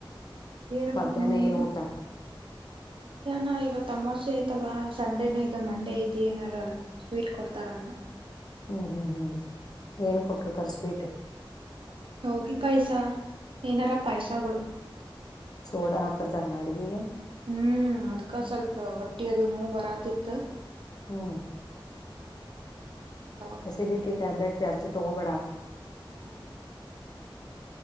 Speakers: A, on the right; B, on the left.
A: ಹೇಳ್ಬೇಕು
B: ಮಧ್ಯಾಹ್ನ
A: ನೋಡ್
B: ಏನ್
A: ನೀನು
B: ಊಟ
A: ಮಧ್ಯಾಹ್ನ ಇವ ಆಮೋಸೆ ಐತಲ್ಲಾ ಸಂಡೇನ ಇದು ಮಂಡೇ ಐತಿ ಏನಾರ ಸ್ವೀಟ್ ಕೊಡ್ತಾರಣ
B: ಹ್ಮ್ ಹ್ಮ್ ಹ್ಮ್ ಏನ್ ಕೊಟ್ಟಿರ್ತಾರೆ ಸ್ವೀಟ್
A: ಹೋಗಿ ಪಾಯಸ ಏನಾರ ಪಾಯಸಳ
B: ಸೋಡ ಹಾಕ್ಕರ್ ತರ್ನಾಡಿಗೆಗೆ
A: ಹ್ಮ್ ಅದ್ಕ ಸ್ವಲ್ಪ ಹೊಟ್ಟಿ ಅದು ನೋವು ಬರಾತಿತ್ತ
B: ಹ್ಮ್
A: ಮತ್ತು
B: ಅಸಿಡಿಟಿ ಟ್ಯಾಬ್ಲೆಟ್ ಜಾಸ್ತಿ ತೊಗೋಬೇಾ
A: ಹ್ಮ್